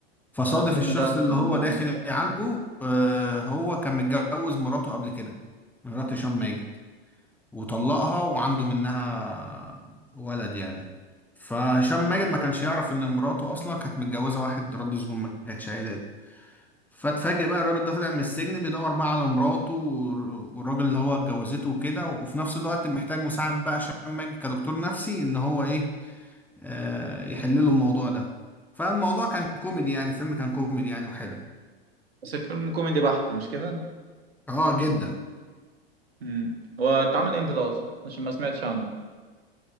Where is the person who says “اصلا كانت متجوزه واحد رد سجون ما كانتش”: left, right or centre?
Centre